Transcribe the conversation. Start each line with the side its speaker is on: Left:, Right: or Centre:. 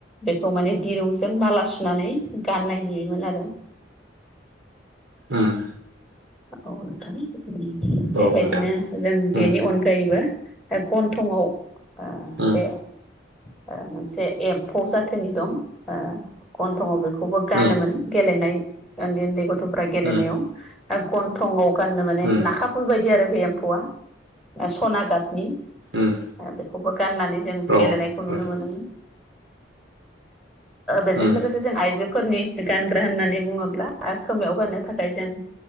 Centre: बेखौ माने दिरुंजों माला सुनानै गाननाय नुयोमोन आरो।
Right: उम
Centre: औ नोंथां बेबायदिनो
Right: औ नोंथां
Centre: जों बेनि
Right: उम
Centre: अनगायैबो गन्थंआव ओ
Right: उम
Centre: दे ओ मोनसे एम्फौ जाथोनि दं ओ गन्थंआव बेखौबो गानोमोन
Right: उम
Centre: गेलेनाय उन्दै उन्दै गथ'फ्रा गेलेनायाव।
Right: उम
Centre: गन्थंआव गाननो माने
Right: उम
Centre: नाखाफुल बायदि आरो बे एम्फौआ। ओ सना गाबनि।
Right: उम
Centre: आरो बेखौबो गाननानै जों
Right: औ
Centre: गेलेनायखौ
Right: नोंथां
Centre: नुनो मोनोमोन। बेजों
Right: उम
Centre: लोगोसे जों आइजोफोरनि गानग्रा होननानै बुङोब्ला खोमायाव गाननो थाखाय जों